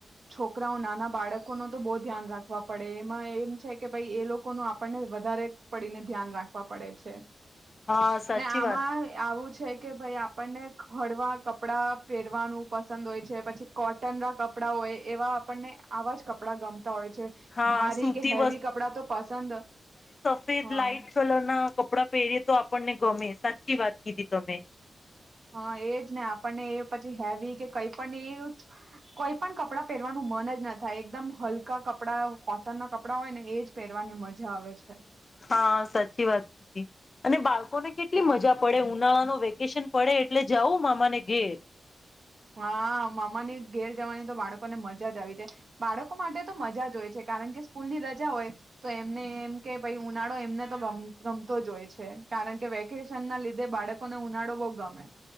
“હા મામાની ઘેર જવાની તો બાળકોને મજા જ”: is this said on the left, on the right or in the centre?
Right